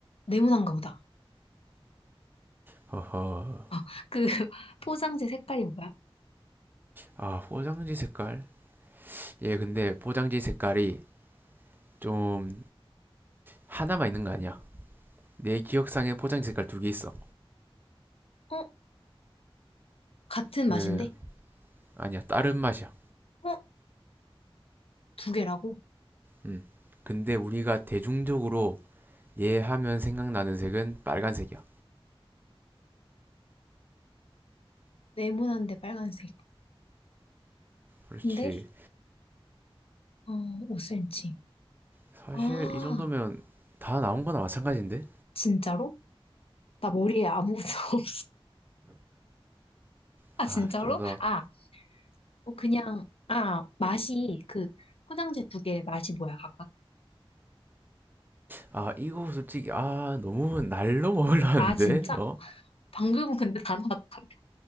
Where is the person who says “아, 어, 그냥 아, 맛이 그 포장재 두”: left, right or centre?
Left